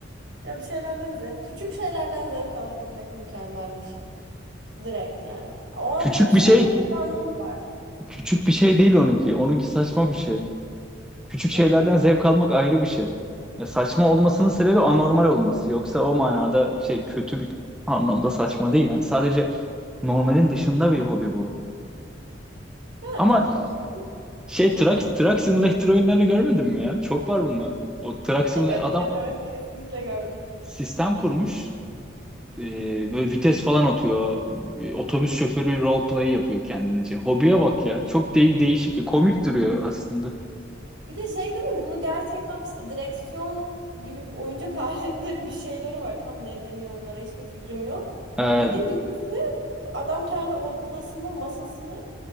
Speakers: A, on the right (about 65°); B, in the centre.
A: Ya bir şeylerden zevk, küçük şeylerden zevk alabilmek mükemmel bir şey. Direkt yani. O an
B: Küçük
A: o senin
B: bir şey,
A: için bir anlamı var.
B: küçük bir şey değil onunki. Onunki saçma bir şey. Küçük
A: Yok
B: şeylerden
A: ya.
B: zevk almak ayrı bir şey. Ya saçma olmasının sebebi anormal olması. Yoksa o manada şey kötü bir anlamda saçma değil. Yani sadece normalin dışında bir hobi bu.
A: Yani
B: Ama
A: tabii ki.
B: Şey Truck, Truck Simulator oyunlarını görmedin mi ya? Çok var bunlar. O Truck
A: <laughs>
B: Simulator
A: Evet
B: adam
A: evet evet kesinlikle gördüm.
B: sistem kurmuş. Ee, böyle vites falan atıyor. Ee, Otobüs şoförü roleplay yapıyor kendince. Hobiye bak ya. Çok de değişik. Komik duruyor aslında.
A: Bir de şey değil mi bunu gerçekten işte direksiyon gibi oyuncak <laughs> aletleri bir şeyleri var. Tam ne deniyor onlara hiçbir fikrim yok.
B: Ee,
A: Bildim birisi adam kendi odasında masasını